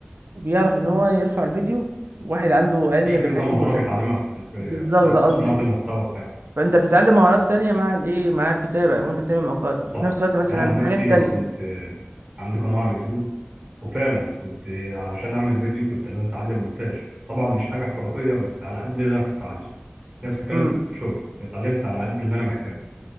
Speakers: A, on the right; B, on the right.
A: وبيعرف ان هو يرفع الفيديو واحد عنده علم
B: في كذا
A: بالحاجات
B: مهارة
A: دي كلها
B: بيتعلمها في
A: بالظبط
B: أثناء
A: ده قصدي
B: صناعة المحتوى بتاعه
A: فانت بتتعلم مهارات تانية مع الايه مع الكتابة وانت بتعمل مقالة
B: صح
A: وفي نفس الوقت مثلا
B: أنا عن نفسي
A: حاجات تانية
B: كنت آه، عندي قناة على اليوتيوب وفعلا كنت آه، علشان أعمل فيديو كنت لازم أتعلم مونتاج طبعا مش حاجة احترافية بس على قد اللي أنا كنت عايزه نفس الكلام
A: امم
B: في فوتوشوب اتعلمت على قد اللي أنا محتاجه